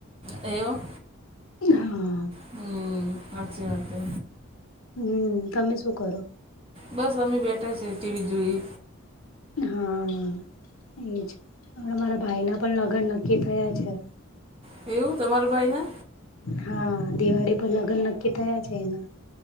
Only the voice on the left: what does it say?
એ હા.
હમ્મ, તમે શું કરો?
હા, એજ હમણાં મારા ભાઈ ના પણ લગ્ન નક્કી થયા છે.
હા, દિવાળી પર લગ્ન નક્કી થયા છે એના.